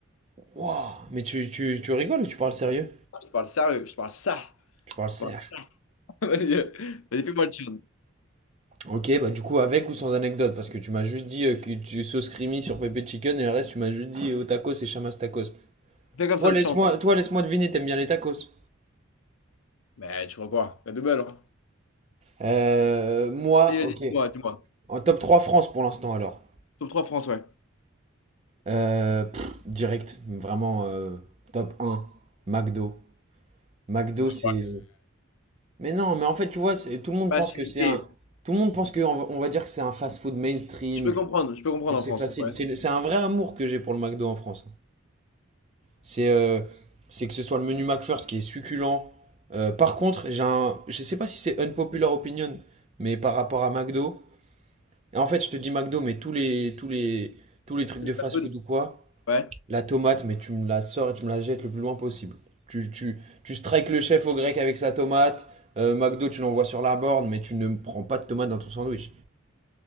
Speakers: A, on the right; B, on the left.
A: Wow, mais tu, tu, tu rigoles ou tu parles sérieux?
B: Je parle sérieux, je parle ça.
A: Tu parles serre.
B: Je parle ça. <laughs> Vas-y, vas-y, fais-moi le chant.
A: Ok, bah du coup, avec ou sans anecdote, parce que tu m'as juste dit euh, que tu sauces creamy sur pépé chicken et le reste, tu m'as juste dit euh, au tacos et chamas tacos.
B: Fais comme
A: Toi,
B: ça,
A: laisse-moi,
B: te chante.
A: toi, laisse-moi deviner, t'aimes bien les tacos?
B: Mais tu vois quoi? La double, hein.
A: Euh, moi,
B: Vas-y, vas-y,
A: ok.
B: dis-moi, dis-moi.
A: En top 3 France pour l'instant alors.
B: Top trois France, ouais.
A: Euh, pff, direct, vraiment euh, top un McDo. McDo
B: Bah,
A: c'est... Mais non, mais en fait tu vois, c'est- tout le monde
B: facilité.
A: pense que c'est un... Tout le monde pense que, on va on va dire que c'est un fast-food mainstream,
B: Je peux comprendre, je peux comprendre
A: que c'est
B: en France.
A: facile.
B: Ouais.
A: C'est c'est un vrai amour que j'ai pour le McDo en France. C'est euh, c'est que ce soit le menu McFirst qui est succulent. Euh, par contre, j'ai un... je sais pas si c'est unpopular opinion, mais par rapport à McDo, en fait je te dis McDo, mais tous les, tous les, tous les trucs
B: Tous
A: de
B: les fast
A: fast-food
B: food.
A: ou quoi.
B: Ouais.
A: La tomate, mais tu me la sors et tu me la jettes le plus loin possible. Tu, tu, tu strikes le chef au grec avec sa tomate. Euh, McDo, tu l'envoies sur la borne, mais tu ne prends pas de tomate dans ton sandwich.